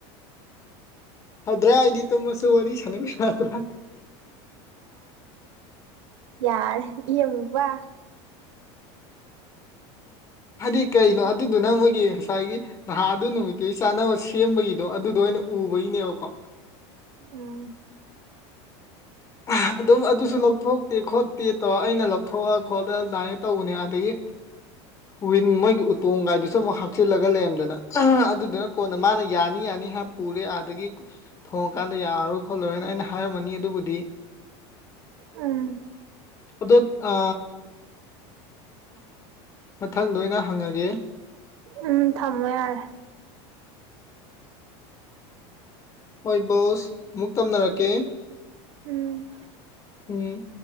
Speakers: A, on the left (about 20°); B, on the right (about 85°).
A: ꯐꯗ꯭ꯔꯥ ꯑꯩꯗꯤ ꯇꯨꯝꯃꯁꯨ ꯋꯥꯔꯤ ꯁꯥꯟꯅꯕꯤ ꯁꯥꯗ꯭ꯔꯥ
B: ꯌꯥꯔꯦ ꯏ ꯑꯃꯨꯕ
A: ꯍꯥꯏꯗꯤ ꯀꯩꯅꯣ ꯑꯗꯨꯗꯨꯅ ꯃꯣꯏꯒꯤ ꯉꯁꯥꯏꯒꯤ ꯅꯍꯥ ꯑꯗꯨ ꯅꯨꯃꯤꯠꯀꯤ ꯆꯥꯅꯕ ꯁꯦꯝꯕꯒꯤꯗꯣ ꯑꯗꯨꯗꯣ ꯑꯣꯏꯅ ꯎꯕꯩꯅꯦꯕꯀꯣ
B: ꯎꯝ
A: ꯑꯍꯥ ꯑꯗꯨꯝ ꯑꯗꯨꯁꯨ ꯂꯧꯊꯣꯛꯇꯦ ꯈꯣꯠꯇꯦ ꯇꯧꯔ ꯑꯩꯅ ꯂꯧꯊꯣꯛꯑ ꯈꯣꯠꯂ ꯗꯥꯏꯌꯔ ꯇꯧꯕꯅꯦ ꯑꯥꯗꯒꯤ ꯋꯤꯟ ꯃꯣꯏꯒꯤ ꯎꯇꯣꯡꯒꯥꯏꯗꯨꯁꯨ ꯃꯨꯛ ꯍꯥꯞ ꯆꯤꯜꯂꯒ ꯂꯩꯔꯝꯗꯅ ꯑꯍ ꯑꯗꯨꯗꯨꯅ ꯀꯣꯟꯅ ꯃꯥꯅ ꯌꯥꯅꯤ ꯌꯥꯅꯤ ꯍꯥꯏ ꯄꯨꯔꯦ ꯑꯥꯗꯒꯤ ꯊꯣꯡꯉꯀꯥꯟꯗ ꯌꯥꯔꯔꯣꯏ ꯈꯣꯠꯂꯔꯣꯏꯅ ꯑꯩꯅ ꯍꯥꯏꯔꯝꯃꯅꯤ ꯑꯗꯨꯕꯨꯗꯤ
B: ꯎꯝ
A: ꯑꯗꯣꯠ ꯑ ꯃꯊꯪꯗꯑꯣꯏꯅ ꯍꯪꯉꯒꯦ
B: ꯎꯝ ꯊꯝꯃꯣ ꯌꯥꯔꯦ
A: ꯍꯣꯏ ꯕꯣꯁ ꯑꯃꯨꯛ ꯇꯝꯅꯔꯛꯀꯦ
B: ꯎꯝ
A: ꯎꯝ